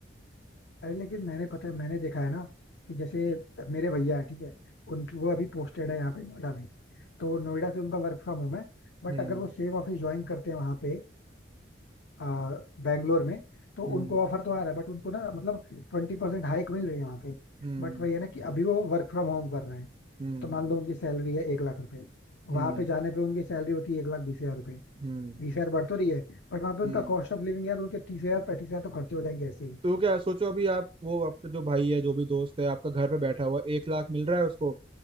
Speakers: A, on the left (about 65°); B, on the right (about 25°).
A: अरे लेकिन मैंने पता है मैंने देखा है ना कि जैसे मेरे भैया है ठीक है उन वो अभी पोस्टेड है यहाँ पे नोएडा में तो नोएडा से उनका वर्क फ्रॉम होम है बट
B: हम्म
A: अगर वो सेम ऑफिस ज्वाइन करते हैं वहाँ पे आ, बैंगलोर में तो
B: हम्म
A: उनको ऑफर तो आ रहा है बट उनको ना मतलब ट्वेंटी परसेंट हाइक मिल रही है वहाँ पे
B: हम्म
A: बट वही है ना कि अभी वो वर्क फ्रॉम होम कर रहे हैं
B: हम्म
A: तो मान लो उनकी सैलरी है एक लाख रुपए वहां
B: हम्म
A: पे जाने पे उनकी सैलरी होती है एक लाख बीस हजार रुपए
B: हम्म
A: बीस हजार बढ़ तो रही है बट वहां पे उनका
B: हम्म।
A: कॉस्ट ऑफ लिविंग यार उनके तीस हजार पैंतीस हजार तो खर्चे हो जाएंगे ऐसे ही
B: तो क्या सोचो अभी आप वो आपका जो भाई है जो भी दोस्त है आपका घर पे बैठा हुआ है, एक लाख मिल रहा है उसको